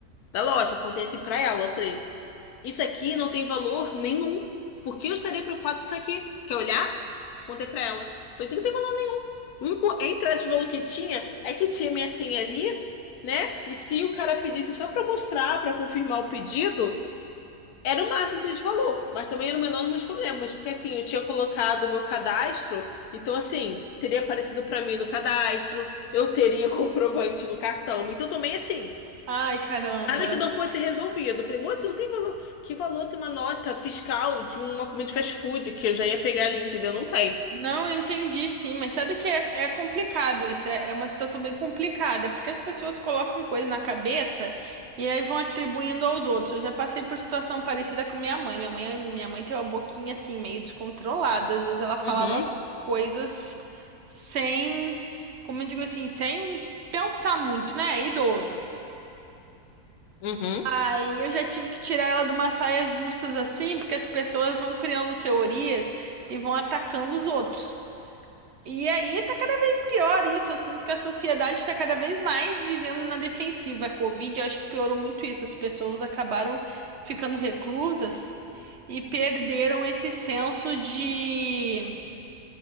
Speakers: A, on the left; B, on the right.
A: da loja. Apontei assim pra ela. Eu falei, isso aqui não tem valor nenhum. Por que eu estaria preocupado com isso aqui? Quer olhar? Mandei pra ela. Por isso que não tem valor nenhum. O único entrada de valor que tinha é que tinha minha senha ali, né? E se o cara pedisse só pra mostrar, pra confirmar o pedido, era o máximo que tinha de valor. Mas também era o menor dos meus problemas. Porque assim, eu tinha colocado o meu cadastro, então assim, teria aparecido pra mim no cadastro, eu teria <laughs> comprovante no cartão. Então também assim,
B: Ai, caramba.
A: nada que não fosse resolvido. Eu falei, moço, não tem valor. Que valor tem uma nota fiscal de uma comida de fast food que eu já ia pegar ali, entendeu? Não tem.
B: Não, eu entendi sim, mas sabe que é, é complicado isso, é, é uma situação bem complicada, porque as pessoas colocam coisa na cabeça e aí vão atribuindo aos outros. Eu já passei por situação parecida com minha mãe. Minha mãe, minha mãe tem uma boquinha assim, meio descontrolada. Às vezes ela falava
A: Uhum,
B: coisas sem, como eu digo assim, sem pensar muito, né? É Idoso.
A: uhum.
B: Aí eu já tive que tirar ela de umas saias justas assim, porque as pessoas vão criando teorias e vão atacando os outros. E aí tá cada vez pior isso. Eu sinto que a sociedade está cada vez mais vivendo na defensiva. A Covid, eu acho que piorou muito isso. As pessoas acabaram ficando reclusas e perderam esse senso de